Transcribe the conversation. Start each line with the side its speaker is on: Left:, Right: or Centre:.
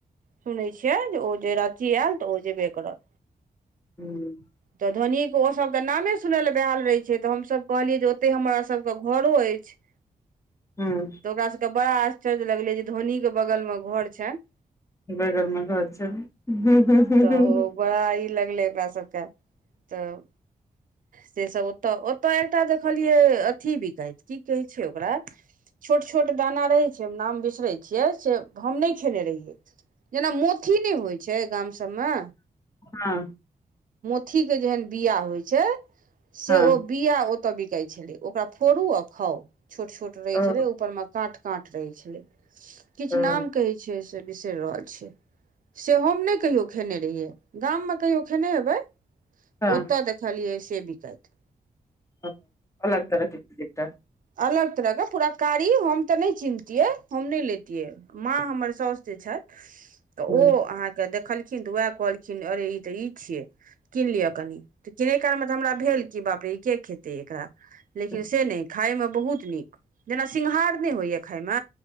Right: सुनै छियै जे ओ जे अथी आयल तऽ ओ जेबे करत
Left: हूँ
Right: तऽ धोनीयेके ओसभ तऽ नामे सुनय ले बेहाल रहै छै तऽ हमसभ कहलियै जे ओतेक हमर सबके घरो अछि
Left: हूँ
Right: तऽ ओकरा सबके बड़ा आश्चर्य लगलै जे धोनी के बगल मे घर छेन
Left: बगलमे घर छै हूं हूं
Right: तऽ
Left: हूं
Right: ओ बड़ा आ <unintelligible> लगलै ओकरा सबके तऽ से सब ओतऽ ओतऽ एकटा देखलियै अथी बिकति की कहे छै ओकरा छोट छोट दाना रहे छै नाम बिसरे छै छियै से हम नहि खेने रहियै जेना मोथि नहि होइ छै गाम सभमे
Left: हँ
Right: अथी के जेहन बिया होइ छै से
Left: हँ
Right: ओ बिया ओतअ बिकाय छलै ओकरा फोड़ू आ खाउ छोट छोट रहै
Left: ओ
Right: छले ऊपर में काट काँट रहइ छलै किछु
Left: ओ
Right: नाम कहै छै से बिसरि रहल छै से हम नहि कहियो खेने रहियै गाम मे कहियो खेने हेबै
Left: हँ
Right: ओतऽ देखलियै से बिकाइत
Left: ह अलग तरह कत द त
Right: अलग तरह के पूरा कारी हम तऽ नहि चिन्हतिये हम नहि लैतिये माँ हमर साउस जे छथि तऽ
Left: हम्म,
Right: ओ अहाँके देखल खिन तऽ उएह कहलखिन अरे ई तऽ ई छियै कीन लियअ कनि तऽ किनय कालमे तऽ हमरा भेल कि बाप रे के खेतै एकरा लेकिन
Left: हम्म,
Right: से नहि खायमे बहुत नीक जेना सिङघार नहि होइए खाय में